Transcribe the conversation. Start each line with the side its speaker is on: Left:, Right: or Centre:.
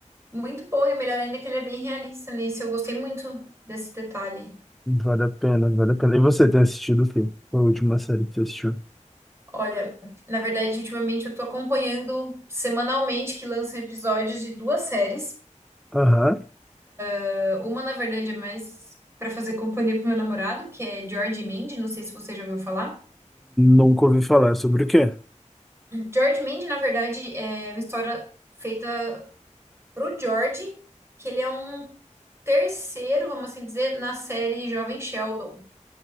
Right: muito bom. E o melhor ainda é que ele é bem realista nisso. Eu gostei muito desse detalhe.
Centre: Vale a pena, vale a pena. E você tem assistido o quê? Qual a última série que você assistiu?
Right: Olha, na verdade, ultimamente eu tô acompanhando semanalmente que lançam episódios de duas séries.
Centre: Aham.
Right: Ah, Uma, na verdade, é mais pra fazer companhia pro meu namorado, que é George e Mandy. Não sei se você já ouviu falar.
Centre: Nunca ouvi falar sobre o quê?
Right: George Mandy, na verdade, é uma história feita pro George, que ele é um terceiro, vamos assim dizer, na série Jovem Sheldon,